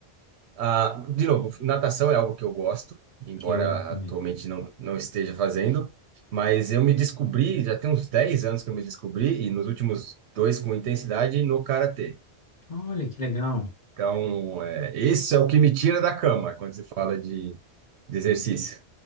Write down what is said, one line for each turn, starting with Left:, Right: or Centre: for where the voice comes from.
Right: Ah, de novo, natação é algo que eu gosto, embora
Left: Eu amo também.
Right: atualmente não, não esteja fazendo. Mas eu me descobri, já tem uns 10 anos que eu me descobri, e nos últimos dois com intensidade, no karatê.
Left: Olha, que legal.
Right: Então, é, esse é o que me tira da cama quando se fala de, de exercício.